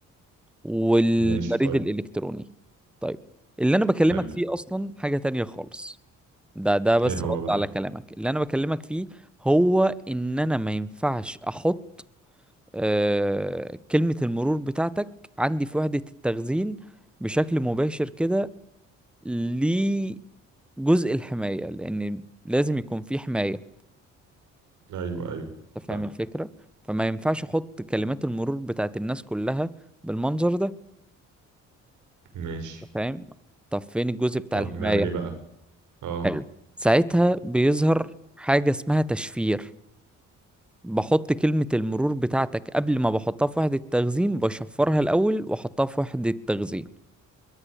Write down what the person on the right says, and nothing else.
ماشي طيب
حلو
إيه هو
بقى
أيوه أيوه
فاهم
ماشي
طب
نعمل إيه بقى أه